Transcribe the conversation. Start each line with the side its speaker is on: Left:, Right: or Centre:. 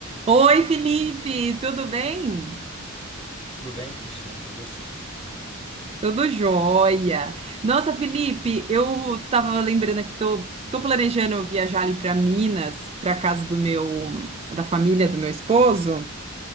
Right: Oi, Felipe, tudo bem?
Left: Tudo bem, Cristiano? E você?
Right: Tudo jóia. Nossa, Felipe, eu tava lembrando aqui, tô, tô planejando viajar ali para Minas, para casa do meu, da família do meu esposo.